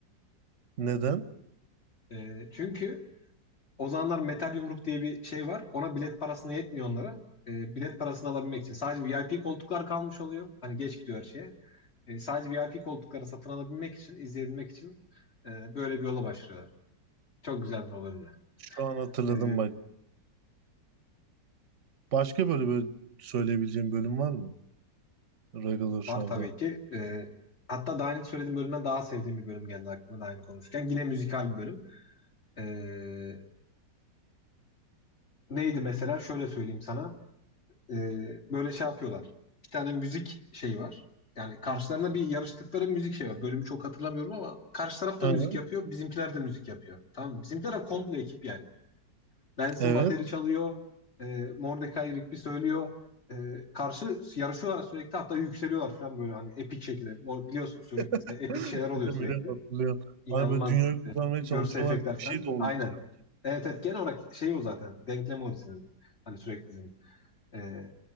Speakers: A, on the right (about 45°); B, on the left (about 35°).
A: neden?
B: E, çünkü o zamanlar metal yumruk diye bir şey var. Ona bilet parasını yetmiyor onlara. E, bilet parasını alabilmek için. Sadece VIP koltuklar kalmış oluyor. Hani geç gidiyor her şeye. E, sadece VIP koltukları satın alabilmek için, izleyebilmek için e, böyle bir yola başlıyorlar. Çok güzeldir o bölümler.
A: Şu an hatırladım
B: E,
A: bak. Başka böyle böyle söyleyebileceğim bölüm var mı? Regular Show'da.
B: var tabii ki. Ee, hatta daha önce söylediğim bölümden daha sevdiğim bir bölüm geldi aklıma daha önce konuşurken. Yine müzikal bir bölüm. Ee, neydi mesela? Şöyle söyleyeyim sana. Ee, böyle şey yapıyorlar. Bir tane müzik şeyi var. Yani karşılarına bir yarıştıkları müzik şey var. Bölümü çok hatırlamıyorum ama karşı taraf da
A: Aynen.
B: müzik yapıyor. Bizimkiler de müzik yapıyor. Tamam mı? Bizimkiler de komple ekip yani. Benson
A: Evet.
B: bateri çalıyor. E, Mordecai Rigby söylüyor. E, karşı yarışıyorlar sürekli hatta yükseliyorlar falan böyle hani epik şekilde. O Biliyorsun sürekli
A: <laughs>
B: de epik şeyler oluyor
A: Biliyorum
B: sürekli.
A: biliyorum hatırlıyorum.
B: İnanılmaz
A: Hani böyle dünyayı kurtarmaya
B: görsel
A: çalışıyorlar
B: efektler
A: gibi bir
B: falan.
A: şey de oluyordu
B: Aynen.
A: sanki.
B: Evet evet genel olarak şey o zaten. Denklem o dizinin. Hani sürekli dizinin. E,